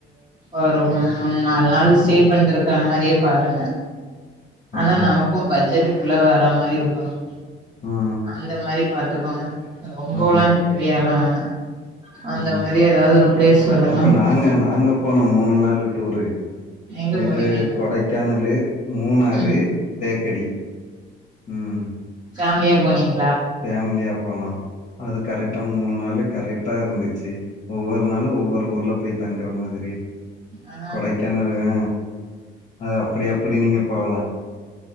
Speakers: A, on the right (about 20°); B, on the left (about 40°).
A: ஒரு மூணு நாலு நாள் ஸ்டே பண்ணிட்டு இருக்குற மாதிரியே பாருங்க ஆனா
B: ஆ
A: நமக்கும் பட்ஜெட்டு உள்ள வேற மாதிரி இருக்கணும்.............
B: ஆ
A: அந்த மாதிரி பாத்துக்கோங்க. ரொம்போளா..
B: ஆ
A: பியலர்லா வேணா அந்த
B: ஆ
A: மாரி ஏதாவது ஒரு பிளேஸ் சொல்லுங்க
B: அப்ப நாங்க நாங்க போனோ மூணு நாலூ டூரு
A: எங்க போனீங்க
B: இது கொடைக்கானலு மூணாறு
A: ம்
B: தேக்கடி உம்
A: பேஃமிலியா போனீங்க
B: ஃபேமிலியா போனோம் அது கரெக்டா மூணு நாள் கரெக்ட் <unintelligible> இருந்துச்சி ஒவ்வொரு நாளும் ஒவ்வொரு ஊரு ல போய் தங்குற மாதிரி
A: ஆ
B: கொடைக்கானல் ஹ அது அப்படி அப்படி நீங்க போகலா.